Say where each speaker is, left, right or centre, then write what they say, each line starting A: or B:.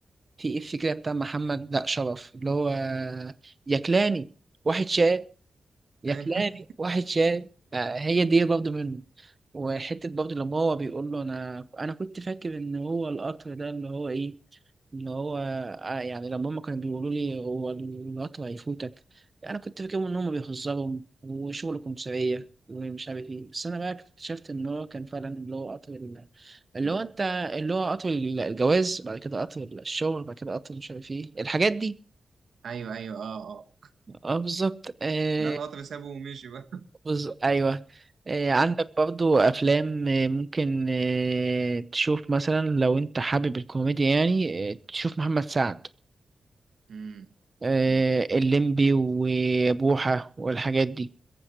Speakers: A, on the right (about 25°); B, on the right (about 70°).
A: في إف كده بتاع محمد لا شرف اللي هو يا كلاني واحد شاي يا
B: <laughs> ايوه
A: كلاري واحد شاي آه، هي دي برضه منه وحتة برضه لما هو بيقول له أنا أنا كنت فاكر إن هو القطر ده اللي هو إيه اللي هو آه، يعني لما هما كانوا بيقولوا لي هو القطر هيفوتك أنا كنت فاكرهم إن هما بيهزروا وشغل كمثرية ومش عارف إيه بس أنا بقى اكتشفت إن هو كان فعلا اللي هو قطر ال- اللي
B: امم
A: هو أنت اللي هو قطر الجواز بعد كده قطر الشغل بعد كده قطر مش عارف إيه الحاجات دي
B: ايوه ايوه اه اه
A: أه بالظبط آه،
B: ده القطر سابه ومشي بقى
A: بص ايوه آه، عندك برضو افلام آه، ممكن آه، تشوف مثلا لو انت حابب الكوميديا يعني آه، تشوف محمد سعد
B: امم
A: آه،
B: امم
A: الليمبي وبوحة والحاجات دي